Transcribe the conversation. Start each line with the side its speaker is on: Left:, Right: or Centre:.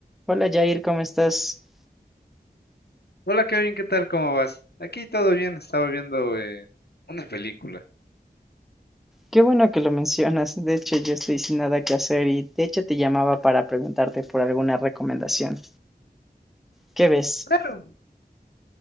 Centre: Hola Jair, ¿cómo estás?
Left: Hola Kevin, ¿qué tal? ¿Cómo vas? Aquí todo bien, estaba viendo eh, una película.
Centre: Qué bueno que lo mencionas. De hecho, yo estoy sin nada que hacer y de hecho te llamaba para preguntarte por alguna recomendación. ¿Qué ves?
Left: Claro,